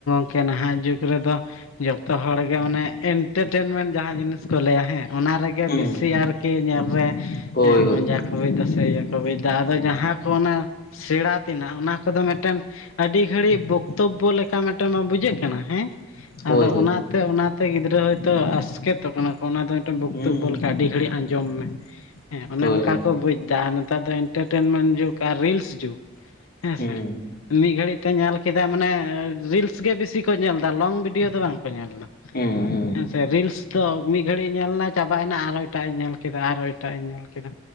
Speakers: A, on the left; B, on the left.
A: ᱠᱮ ᱱᱟᱦᱟᱜ ᱡᱩᱜᱽ ᱨᱮᱫᱚ ᱡᱚᱛᱚ ᱦᱚᱲᱜᱮ ᱢᱟᱱᱮ ᱮᱱᱴᱟᱨᱴᱮᱱᱢᱮᱱᱴ ᱡᱟᱦᱟᱸ ᱡᱤᱱᱤᱥ ᱠᱚ ᱞᱟᱹᱭᱟ ᱦᱮᱸ ᱚᱱᱟ ᱨᱮᱜᱮᱼᱼ
B: ᱦᱩᱸ
A: ᱵᱮᱥᱤ ᱟᱨᱠᱤ ᱧᱮᱞᱨᱮ
B: ᱦᱳᱭ
A: ᱢᱚᱡᱟ
B: ᱦᱳᱭ
A: ᱠᱚ ᱵᱩᱡᱽᱫᱟ᱾ ᱥᱮ ᱤᱭᱟᱹ ᱠᱚ ᱵᱩᱡᱽᱫᱟ ᱟᱫᱚ
B: ᱦᱩᱸ
A: ᱡᱟᱦᱟᱸ ᱚᱱᱟ ᱥᱮᱬᱟ ᱛᱮᱱᱟᱜ ᱚᱱᱟ ᱠᱚᱫᱚ ᱢᱤᱫᱴᱮᱱ ᱟᱹᱰᱤ ᱜᱷᱟᱹᱲᱤᱡ ᱵᱚᱠᱛᱚᱵᱵᱚ ᱞᱮᱠᱟ ᱢᱤᱫᱴᱮᱱ ᱵᱟᱝ ᱵᱩᱡᱷᱟᱹᱜ ᱠᱟᱱᱟ ᱦᱮᱸ, ᱟᱫᱚ
B: ᱦᱳᱭ ᱦᱳᱭ
A: ᱚᱱᱟᱛᱮ ᱚᱱᱟᱛᱮ ᱜᱤᱫᱽᱨᱟᱹ ᱦᱚᱭᱛᱳ ᱟᱥᱠᱮᱛᱚᱜ ᱠᱟᱱᱟ ᱾ ᱠᱚ ᱚᱱᱟ ᱫᱚ ᱵᱚᱠᱛᱚᱵᱚ
B: ᱦᱩᱸ
A: ᱞᱮᱠᱟ ᱟᱹᱰᱤ ᱜᱷᱟᱹᱲᱤᱡ ᱟᱸᱡᱚᱢ ᱢᱮ, ᱦᱮᱸ ᱚᱱᱮ
B: ᱦᱳᱭ
A: ᱚᱱᱠᱟ ᱠᱚ ᱵᱩᱡᱽᱫᱟ᱾ ᱟᱨ ᱱᱮᱛᱟᱨ ᱫᱚ ᱤᱱᱴᱟᱴᱮᱱᱢᱮᱱ ᱡᱩᱜᱽ ᱟᱨ ᱨᱤᱞᱥ ᱡᱩᱜᱽ ᱦᱮᱸᱥᱮ᱾
B: ᱦᱩᱸ
A: ᱢᱤᱫ ᱜᱷᱲᱤᱡ ᱛᱮ ᱧᱮᱞ ᱠᱮᱫᱟᱭ ᱢᱟᱱᱮ ᱨᱤᱞᱥ ᱜᱮ ᱵᱤᱥᱤ ᱠᱚ ᱧᱮᱞᱫᱟ ᱞᱚᱝ ᱵᱷᱤᱰᱤᱭᱳ ᱫᱚ ᱵᱟᱝ ᱠᱚ ᱧᱮᱞᱫᱟ᱾
B: ᱦᱩ ᱸ
A: ᱦᱮᱸ ᱥᱮ ᱨᱤᱞᱥ ᱫᱚ ᱢᱤᱫ ᱜᱷᱟᱹᱲᱤᱡ ᱮ ᱧᱮᱞᱟ, ᱪᱟᱵᱟᱭᱱᱟ ᱟᱨᱦᱚᱸ ᱮᱴᱟᱜᱟᱜ ᱮ ᱧᱮᱞ ᱠᱮᱫᱟ᱾ ᱟᱨᱦᱚᱸ ᱮᱴᱟᱜᱟᱜ ᱮ ᱧᱮᱞ ᱠᱮᱫᱟ᱾